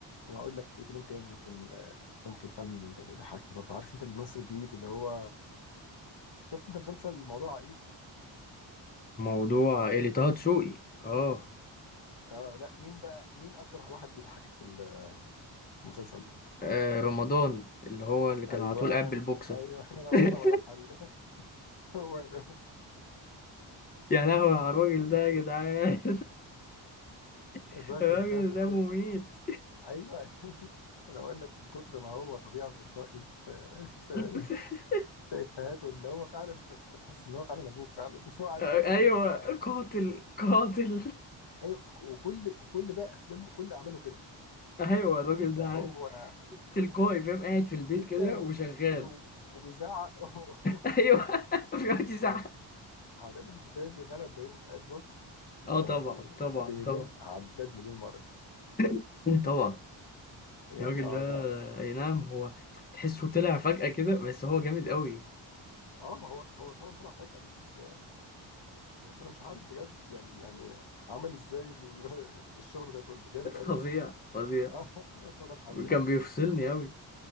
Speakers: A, on the left; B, on the left.
A: وهقول لك ايه تاني تاني ممكن آه، ممكن فعلا يضحكني برضه عارف انت الممثل الجديد اللي هو شفت انت مسلسل موضوع عائلي
B: موضوع اللي طه دسوقي اه
A: اه لا مين بقى مين اكتر واحد بيضحكك في ال- في المسلسل ده
B: آه، رمضان اللي هو اللي كان
A: ايوه
B: على طول قاعد بالبوكسر
A: ايوه <laughs> رم-
B: <laughs>
A: رمضان حبيبي <laughs> هو ده
B: يا لهوي على الراجل ده يا جدعان <laughs>
A: الراجل
B: الراجل
A: ده من
B: ده
A: كتر
B: مميت
A: ايوه <laughs> انا بقول لك من كتر ما هو طبيعه وتلقائي في في
B: <laughs>
A: في افهاته اللي هو فعلا انت أنت تحس ان هو فعلا ابوك فعلا <laughs> مش هو قاعد
B: ايوه
A: في البيت
B: قاتل قاتل
A: ايوه ف- وكل وكل بقى افلامه كل اعماله كده
B: <laughs> ايوه الراجل
A: اللي
B: ده
A: هو
B: عارف تلقائي فاهم قاعد في البيت
A: جدا
B: كده وشغال
A: جدا و-
B: <laughs>
A: وبيزعق <laughs>
B: ايوه بيقعد يزعق
A: على هو ده بالنسبة لي غلب بيومي فؤاد بص يعني
B: اه طبعا طبعا
A: بمليون
B: طبعا
A: عداد مليون مرة
B: <laughs> طبعا
A: يعني
B: الراجل
A: اه
B: ده
A: ده
B: اي نعم هو تحسه طلع فجأة كده بس هو جامد قوي
A: اه هو هو فعلا طلع فجأة بس بس انا مش عارف بجد يعني يعني عمل ازاي ال- <laughs> الشغل ده كله جامد قوي
B: فظيع فظيع
A: اه <laughs> رمضان حريقي
B: كان بيفصلني أوي